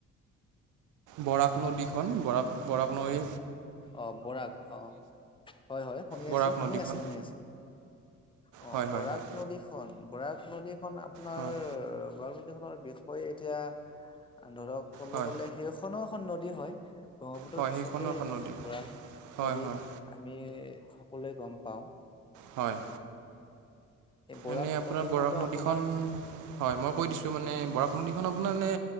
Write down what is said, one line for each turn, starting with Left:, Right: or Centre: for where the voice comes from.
Right: বৰাক নদীখন বৰাক বৰাক নৈ।
Left: অঁ বৰাক অঁ হয় হয় শুনি
Right: বৰাক
Left: আছো শুনি
Right: নদীখন
Left: আছো শুনি আছো। অ
Right: হয়
Left: বৰাক
Right: হয় হয়
Left: নদীখন, বৰাক নদীখন আপোনাৰ
Right: হয়।
Left: বৰাক নদীখনৰ বিষয়ে এতিয়া ধৰক ক'ব
Right: হয়
Left: গ'লে সেইখনো এখন নদী হয় ব্ৰহ্মপুত্ৰৰ
Right: হয়
Left: পিছতে
Right: সেইখনো এখন
Left: খন
Right: নদী
Left: বৰাক
Right: হয়
Left: নদী
Right: হয়
Left: আমি সকলোৱে গম পাওঁ।
Right: হয়
Left: এই বৰাক
Right: এনে আপোনাৰ
Left: নদীখনতো
Right: বৰাক নদীখন
Left: আপোনাৰ
Right: হয় মই কৈ দিছো মানে বৰাক নদীখন আপোনাৰ এনে